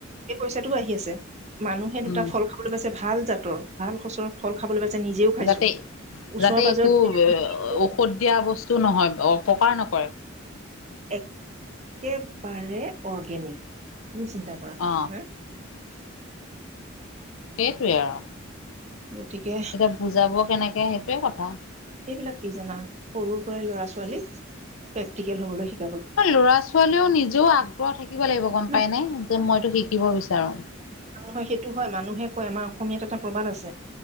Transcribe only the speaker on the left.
উম
যাতে
যাতে
একো
ঔষধ দিয়া বস্তু নহয়। অ অপকাৰ নকৰে।
অ
সেইটোৱে আৰু।
এতিয়া বুজাব কেনেকে সেইটোয়ে কথা।
ল'ৰা ছোৱালীও নিজেও আগ্ৰহ থাকিব লাগিব গম
পাই নাই যে মইতো শিকিব বিচাৰো।